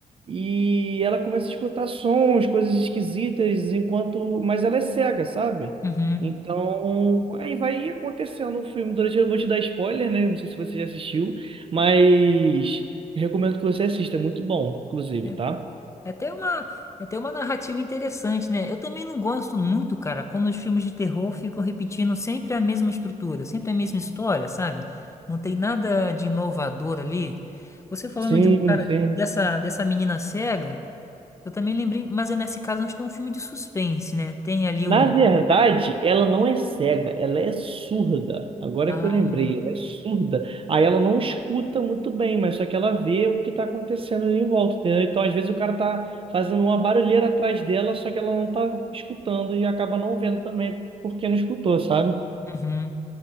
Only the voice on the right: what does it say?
E ela começa a escutar sons, coisas esquisitas, enquanto. Mas ela é cega, sabe?
Então, aí vai acontecendo o filme. Durante, eu vou te dar spoiler, né? Não sei se você já assistiu, mas eu recomendo que você assista, é muito bom, inclusive,
tá?
Sim,
sim.
Na
verdade, ela não é cega, ela é surda. Agora
que eu lembrei, ela é surda. Aí ela não escuta muito bem, mas só que ela vê o que está acontecendo ali em volta, entendeu? Então, às vezes, o cara tá fazendo uma barulheira atrás dela, só que ela não tá escutando e acaba não vendo também porque não escutou, sabe?